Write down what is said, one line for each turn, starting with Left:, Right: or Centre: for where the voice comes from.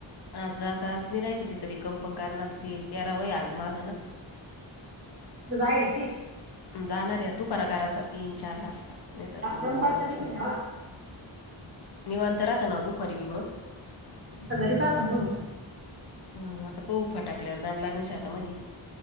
Left: आज आता नि राहायचं, तिचं र कंपन कारण आता त तेराव आज मागं ना. हा
Right: जाायलाती
Left: जाणाऱ्या दुपारकाराचा तीन चार ला अस त. नाही तरर मग
Right: नंबर
Left: दोन अडीच
Right: तर देऊन
Left: नाही.
Right: ठेवा
Left: निवांत राहता नव्ह दुपारी मग?
Right: आता घरीच अस बूलू
Left: हा आता पऊफा टाकल्यावर, ताण लागण शेतामधी.